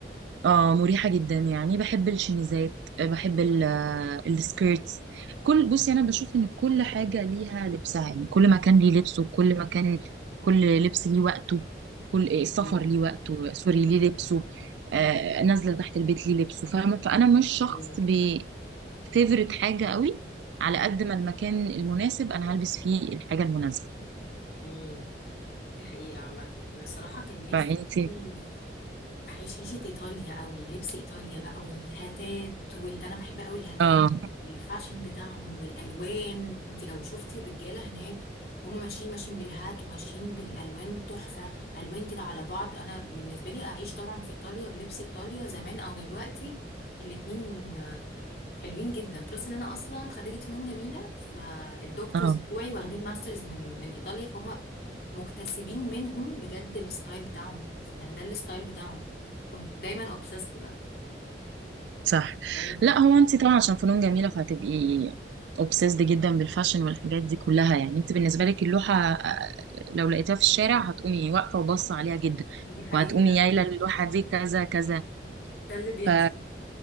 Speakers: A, on the right (about 80°); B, on the left (about 55°).
A: اه مريحه جدا يعني بحب الشميزات آه، بحب ال- آه، السكيرتس كل بصي انا بشوف ان كل حاجه ليها لبسها يعني كل مكان ليه لبسه كل مكان كل لبس ليه وقته كل إيه، السفر
B: حقيقة.
A: ليه وقته سوري ليه لبسه آه نازله تحت البيت ليه لبسه فاهمه فانا مش شخص
B: امم
A: فيفرت حاجة قوي على قد ما المكان المناسب انا هلبس فيه الحاجة المناسبة
B: امم دي حقيقة عامة أنا الصراحة كان نفسي
A: فانت
B: أوي أعيش عيشة إيطاليا أوي لبس إيطاليا بقى والهتات وال... أنا بحب أوي الهتات
A: اه
B: والفاشن بتاعهم والألوان أنت لو شفتي الرجالة هناك هم ماشيين ماشيين بالهات وماشيين بالألوان تحفة ألوان كده على بعض أنا بالنسبة لي أعيش طبعا في إيطاليا بلبس إيطاليا زمان أو دلوقتي الاتنين حلوين جدا بلس ان انا اصلا خريجه فنون جميله فالدكتورز
A: اه
B: بتوعي واخدين ماسترز من من ايطاليا فهم مكتسبين منهم بجد الستايل بتاعهم فكان ده الستايل بتاعهم وكنت دايما اوبسيسد بقى
A: صح
B: ستايل برضه
A: لا هو انت طبعا عشان فنون جميلة فهتبقي obsessed جدا بالفاشن والحاجات دي كلها يعني انت بالنسبة لك اللوحة آه، لو لقيتها في الشارع هتقومي واقفة وباصة عليها جدا
B: دي حقيقة
A: وهتقومي يايلة اللوحة دي كذا كذا
B: ده اللي بيحصل
A: ف